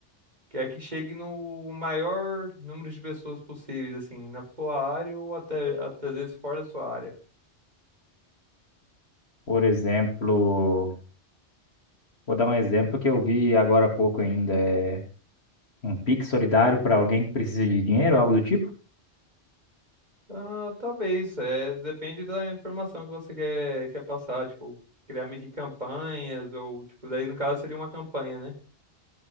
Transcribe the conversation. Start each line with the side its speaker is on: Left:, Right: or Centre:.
Right: que é que chegue no maior número de pessoas possíveis, assim, na sua área ou até, até às vezes fora da sua área.
Left: Por exemplo, vou dar um exemplo que eu vi agora há pouco ainda, é um Pix solidário para alguém que precisa de dinheiro, algo do tipo.
Right: Ah, talvez, é, depende da informação que você quer, quer passar, tipo, criar meio que campanhas, ou, tipo, daí no caso seria uma campanha, né?